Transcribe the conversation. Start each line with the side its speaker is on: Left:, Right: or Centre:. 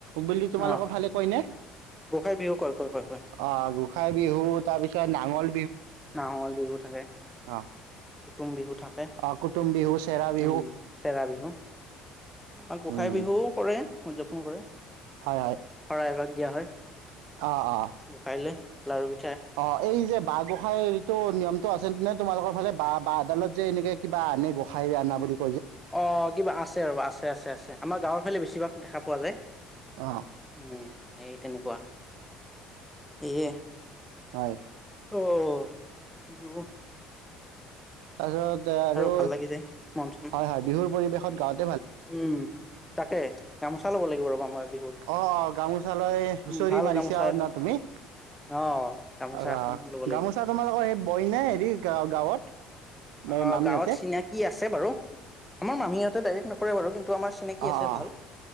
Right: বুলি তোমালোকৰ
Centre: অ
Right: ভালে কয় নে?
Centre: গোসাই বিহু কয় কয় কয় কয়
Right: অহ গোঁসাই বিহু তাৰপিছত নাঙল
Centre: নাঙলৰ বিহু থাকে।
Right: অ
Centre: কুটুম বিহু থাকে
Right: অহ কুটুম বিহু, চেৰা বিহু
Centre: উম চেৰা বিহু আমাৰ গোঁসাই
Right: উম
Centre: বিহুও কৰে। উদযাপন কৰে।
Right: হয়- হয়
Centre: শৰাই এভাগ দিয়া হয়।
Right: অ অ
Centre: গোসাঁইলে। লাৰুবি
Right: অ এই যে বাঁ গোসাঁইৰ তটো নিয়মটো আছেে তোমালোকৰ ফালে, বা আদালত যে এনেকে কিবা আনে গোসাঁই আনা বুলি ক
Centre: অ কিবা আছে ৰবা আছে-আছে-আছে। আমাৰ গাঁৱৰ ফালে বেছিভাগ দেখা পোৱা যায়।
Right: অ
Centre: উ। তেনেকুৱা, সেয়ে।
Right: হয়
Centre: অহ
Right: তাৰপিছত আৰু,
Centre: ভাল লাগি যায় মন চন।
Right: হয়-হয় বিহুৰ পৰিবেশ গাওঁত
Centre: উম তাকে গামোচা ল'ব লাগিব ৰবা মই বিহুত।
Right: অহ-অহ গামোচা লৈ হুঁচৰি
Centre: উম ভাল
Right: মাৰিছা
Centre: গামোচা
Right: আৰু
Centre: এখন।
Right: না তুমি?
Centre: অ' গামোচা
Right: আহ
Centre: এখন ল'ব লাগিব।
Right: গামোচা তোমালোকৰ সেই বই নাই হেৰি গাঁৱত?
Centre: অ'
Right: মামীহঁতে
Centre: গাঁৱত চিনিয় কি আছে বাৰু আমাৰ মামীহঁতে ডাইৰেক্ট নকৰে বাৰু কিন্তু আমাৰ চিনাকি
Right: অ
Centre: আছে
Right: অ
Centre: ভাল